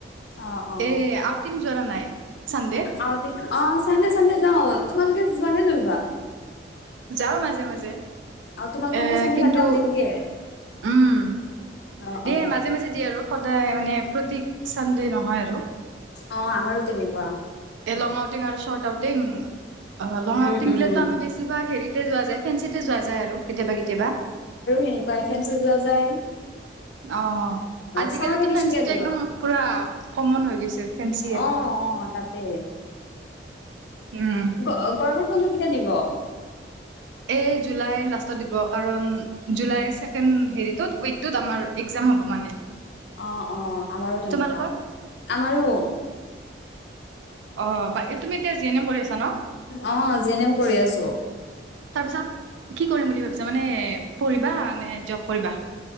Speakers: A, on the left (about 70°); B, on the right (about 80°).
A: অ অ
B: এই আউটিং যোৰা নাই চানডে।
A: আউটিং অ', চানডে চানডে যাওঁ, তোমালোকে যোৱা নে নোযোৱা?
B: যাওঁ মাজে মাজে
A: অ তোমালোককো
B: এ
A: চানডে
B: কিন্তু
A: চানডে আউটিং দিয়ে
B: উম,
A: অ অ
B: এ মাজে মাজে দিয়ে আৰু সদায় মানে প্ৰতিক চানডে নহয় আৰু।
A: অ', আমাৰো তেনেকুৱা।
B: এলং আউটিং আৰু শৰ্ট আউটিং। অ', লং
A: উম
B: আউটিং
A: উম
B: দিলো আমি বেছিভাগ হেৰিতে যোৱা যায়, ফেঞ্চিতে যোৱা যায় আৰু কেতিয়াবা কেতিয়াবা।
A: তিনটায়ে ফেঞ্চি যোৱা যায়।
B: অ', আজিকালিতো
A: চামাৰ ভেকেচন
B: ফেঞ্চিটো
A: কেতিয়া দিব?
B: একদম পুৰা ক'মন হৈ গৈছে। ফেঞ্চিয়ে
A: অ', অ', তাতে।
B: উম
A: গ গৰমৰ বন্ধ কেতিয়া দিব?
B: এ জুলাই লাষ্টত দিব কাৰণ জুলাই ছেকেণ্ড হেৰিটোত ৱিকটুত আমাৰ এক্সাম ম হ'ব মানে
A: অ অ আমাৰো তেনেকা
B: তোমালোকৰ
A: আমাৰো
B: আহ বাক তুমি এতিয়া জি এন এম কৰি আছা ন
A: অ', জি এন এম কৰি আছোঁ,
B: তাৰ পিছত কি কৰিম বুলি ভাবিছা মানে পঢ়িবা নে জব কৰিবা